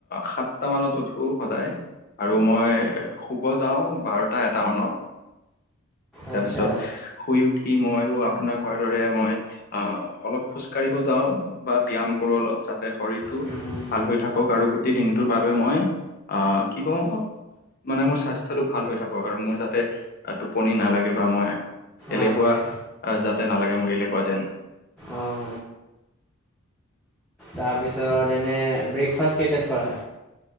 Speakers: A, on the left; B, in the centre.
A: সাতটা মানত উঠো সদায় <unintelligible> আৰু মই শুব যাওঁ বাৰটা এটা মানত তাৰপিছত
B: আচ্ছা
A: শুই উঠি মই আৰু আপোনাক তোমাৰ দৰে মই অ অলপ খোজ কঢ়িব যাওঁ বা ব্যায়াম কৰো অলপ য <unintelligible> শৰীৰটো
B: হুম হুম।
A: ভাল হৈ থাকক আৰু গোটেই দিনটোৰ বাবে মই আহ কি কওঁ মানে মোৰ স্বাস্থ্যটো ভাল হৈ থাকক আৰু মোৰ যাতে টোপনি নালাগে বা মই এলেহুৱা
B: অঁ অঁ
A: যাতে নালাগে মোক এলে হুৱা যেন <inaudible>
B: অঁ তাৰপিছত এনে ব্ৰেকফাষ্ট কেইটাত কৰা